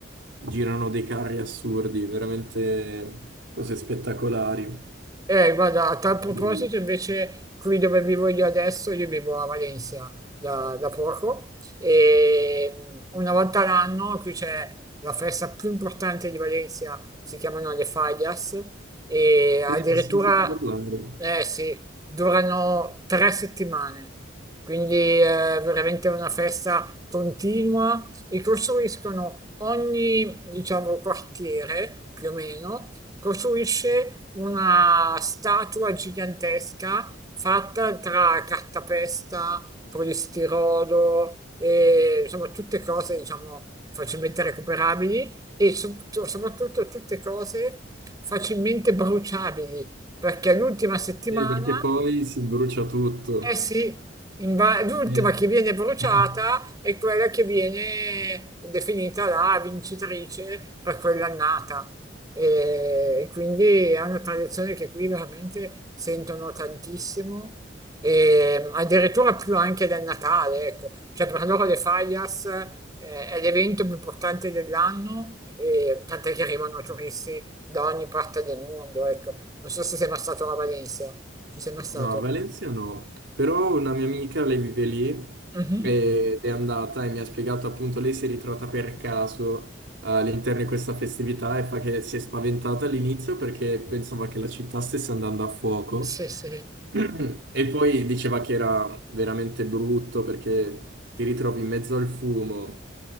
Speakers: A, on the right; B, on the right.
A: girano dei carri assurdi, veramente cose spettacolari.
B: Eh, guarda, a tal proposito,
A: Mm.
B: invece, qui dove vivo io adesso, io vivo a Valencia da, da poco e mm, una volta all'anno qui c'è la festa più importante di Valencia, si chiamano le Fallas e addirittura,
A: Sì, ne ho sentito parlare.
B: eh sì, durano tre settimane. Quindi è veramente una festa continua e costruiscono ogni, diciamo, quartiere più o meno costruisce una statua gigantesca fatta tra cartapesta, polistirolo e insomma tutte cose, diciamo, facilmente recuperabili e so- so- soprattutto tutte cose facilmente bruciabili, perché l'ultima settimana
A: Sì, perché poi si brucia tutto.
B: eh sì, in ba- l'ultima
A: Sì.
B: che viene bruciata
A: <laughs>
B: è quella che viene definita la vincitrice per quell'annata. E e quindi è una tradizione che qui veramente sentono tantissimo, e addirittura più anche del Natale, ecco. Cioè per loro le Fallas eh, è l'evento più importante dell'anno, e tant'è che arrivano turisti da ogni parte del mondo, ecco. Non so se sei mai stato a Valencia, ci sei mai stato?
A: No, a Valencia no, però una mia amica, lei vive lì Mm.
B: Mhm.
A: ed è andata e mi ha spiegato appunto, lei si è ritrovata per caso eh, all'interno di questa festività e fa che si è spaventata all'inizio perché pensava che la città stesse andando a fuoco
B: Sì, sì,
A: <clears throat> e poi diceva che era veramente brutto perché ti ritrovi in mezzo al fumo,